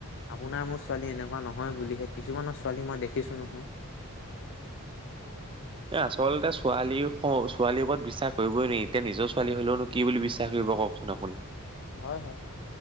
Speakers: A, on the left (about 55°); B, on the right (about 25°).
A: আপোনাৰ মোৰ ছোৱালী এনেকুৱা নহয় বুলিহে কিছুমানৰ ছোৱালী মই দেখিছো নহয়
B: এ আচলতে ছোৱালী ছোৱালীৰ ওপৰত বিশ্বাস কৰিবই নোৱাৰি এতিয়া নিজৰ ছোৱালী হলেওনো কি বুলি বিশ্বাস কৰিব কওক চোন আপুনি
A: হয় হয়